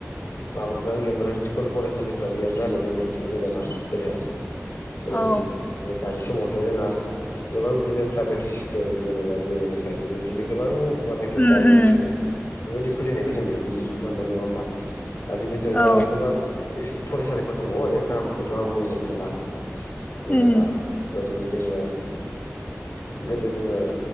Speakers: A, on the left; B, on the left.
A: माबा फ्रानो गैयामोन स्कुल फरायसालिफोरानो गैयामोन आरो जोंनिथिं जेनेबा गोदोहाय गोदोनि
B: औ
A: समाव दानि समावथ' जोंहा गोबां बिदिनो प्राइभेट स्कुल जेनेबा इउ एन एकाडेमि बिदिनो गोबां माखासे
B: उम
A: डायमन
B: उम
A: स्कुल बेबायाददि खुलिनायखौ जों नुनो मोनबाय नंङा होमबा बेबो
B: औ
A: आरो गोबां ओइ फरायसालिफोर दंबावो आरो नामखौथ' आं बुंजोबथ'ला जेनेबा
B: उम
A: बेफोरबायदिनो जोंङो गोदो जोंङो